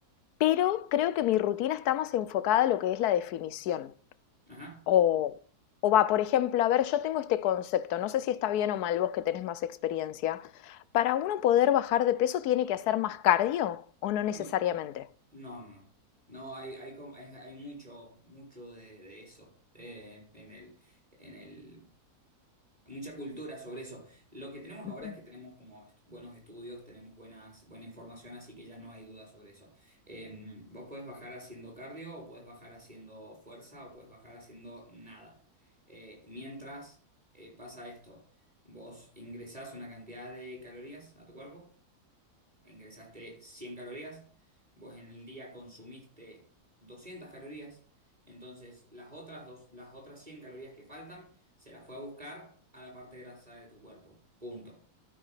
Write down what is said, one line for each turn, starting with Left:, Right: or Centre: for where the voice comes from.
Left: pero creo que mi rutina está más enfocada a lo que es la definición.
Right: Ajá.
Left: O, o va, por ejemplo, a ver, yo tengo este concepto, no sé si está bien o mal vos que tenés más experiencia. ¿Para uno poder bajar de peso tiene que hacer más cardio o no necesariamente?
Right: No, no, no. No, No, hay, hay, com- hay, hay mucho, mucho de, de eso eh, en el, en el mucha cultura sobre eso. Lo que tenemos
Left: Ujú,
Right: ahora es que tenemos como est- buenos estudios, tenemos buenas, buena información, así que ya no hay duda sobre eso. Eh, vos podés bajar haciendo cardio, o podés bajar haciendo fuerza, o podés bajar haciendo nada. Eh, mientras eh, pasa esto, vos ingresás una cantidad de calorías a tu cuerpo ingresaste 100 calorías, vos en el día consumiste 200 calorías, entonces las otras, dos, las otras 100 calorías que faltan se las fue a buscar a la parte grasa de tu cuerpo. Punto.